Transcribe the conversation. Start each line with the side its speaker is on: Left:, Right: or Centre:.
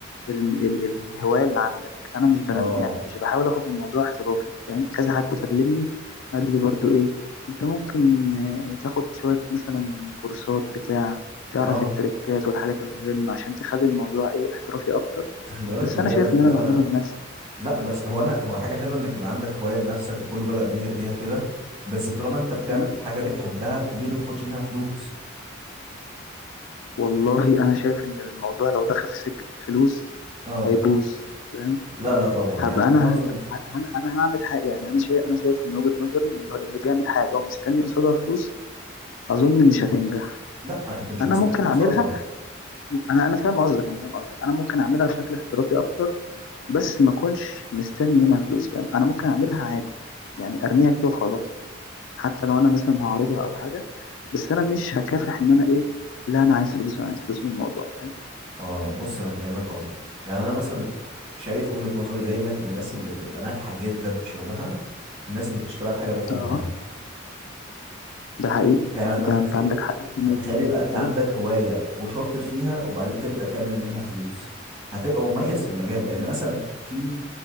Left: ال ال الهواية اللي عندك أنا مش بن
Right: اه
Left: يعني مش بحاول آخد الموضوع احترافي فاهم كذا حد كلمني قال لي برضو إيه أنت ممكن آه، تاخد شوية مثلا كورسات بتاع تعرف
Right: اه
Left: التريكات والحاجات المهمة عشان تخلي الموضوع إيه احترافي أكتر
Right: انت خلي بالك
Left: بس
Right: مجالك
Left: أنا شايف
Right: ده
Left: إن أنا بعمله لنفسي
Right: لا بس هو انا هو حاجه حلوه انك يبقى عندك هوايه لنفسك وكله بدأ بيها بيها كده بس طالما انت بتعمل
Left: م?
Right: حاجه بتحبها ليه ما تاخدش منها فلوس
Left: والله أنا شايف إن الموضوع لو دخل في سكة الفلوس
Right: اه
Left: هيبوظ فاهم
Right: لا لا طبعا
Left: هبقى
Right: يعني
Left: انا
Right: معظم
Left: انا انا هعمل حاجه يعني انا شايف انا شايف من وجهه نظري ان اللي بيعمل حاجه ومستني قصادها فلوس اظن مش هتنجح
Right: لا انت مش
Left: انا
Right: مستني
Left: ممكن اعملها
Right: قصادها
Left: انا انا فاهم قصدك انا فاهم قصدك انا ممكن اعملها بشكل احترافي اكتر بس ما اكونش مستني منها فلوس فاهم انا ممكن اعملها عادي يعني ارميها كده وخلاص حتى لو انا مثلا هعرضها او حاجه بس انا مش هكافح ان انا ايه لا انا عايز فلوس انا عايز فلوس من الموضوع فاهم
Right: اه بص انا فاهمك قصدي يعني انا مثلا شايف وجهة نظري دايما الناس اللي بتبقى ناجحه جدا في شغلها الناس اللي بتشتغل حاجه بتحبها
Left: اه ده حقيقي
Right: فاهم انا
Left: ده
Right: بحكي
Left: انت
Right: في ايه
Left: عندك حق فيه
Right: فتخيل
Left: مية في 100%
Right: يبقى انت
Left: ايوه
Right: عندك هوايه وشاطر فيها وبعدين تبدأ تعمل منها فلوس هتبقى مميز في المجال لان مثلا في